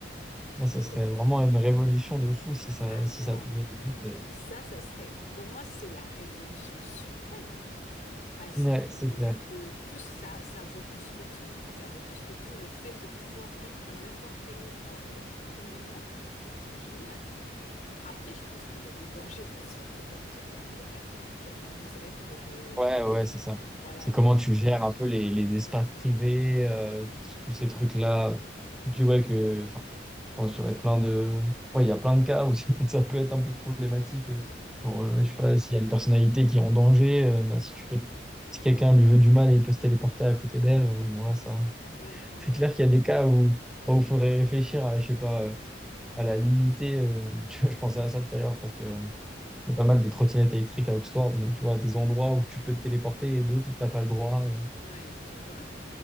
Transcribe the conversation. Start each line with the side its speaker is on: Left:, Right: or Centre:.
Centre: Là, ça
Left: Oui.
Centre: serait vraiment une révolution de fou si ça
Left: Ah
Centre: si
Left: non.
Centre: ça pouvait exister.
Left: Ça, ça serait, pour moi, c'est la révolution suprême. Parce
Centre: Ouais,
Left: que
Centre: c'est clair.
Left: c'est plus ça, ça vaut plus que tout. Ça vaut plus que tout. Le fait de pouvoir être à n'importe quel endroit, à n'importe quel moment, c'est génial, ça. Après, je pense qu'il y a des dangers, bien sûr, c'est comme tout, parce qu'il y en a qui, qui en abuseraient pour, euh,
Centre: Ouais, ouais, c'est ça.
Left: voilà,
Centre: C'est
Left: pour,
Centre: comment tu gères un peu les, les espaces
Left: ouais,
Centre: privés, euh, tous tous ces trucs-là.
Left: ouais,
Centre: Et puis, ouais, que, enfin, je pense qu'il y aurait plein de, ouais, il y a plein de cas où <laughs> ça peut être un peu problématique.
Left: ouais,
Centre: Pour, euh, je sais pas, s'il y a une personnalité qui est en danger, euh, bah, si tu peux, si quelqu'un lui veut du mal et il peut se téléporter à côté d'elle, euh, oui, bon, là, ça,
Left: ouais, voilà.
Centre: c'est clair qu'il y a des cas où, enfin, où faudrait réfléchir à, je sais pas, euh, à la limiter, euh, <laughs> tu vois, je pensais à ça tout à l'heure parce que,
Left: Ouais.
Centre: il y a pas mal de trottinettes électriques à Oxford, mais tu vois, des endroits où tu peux te téléporter et d'autres où t'as pas le droit. euh.
Left: Ouais, tu vois?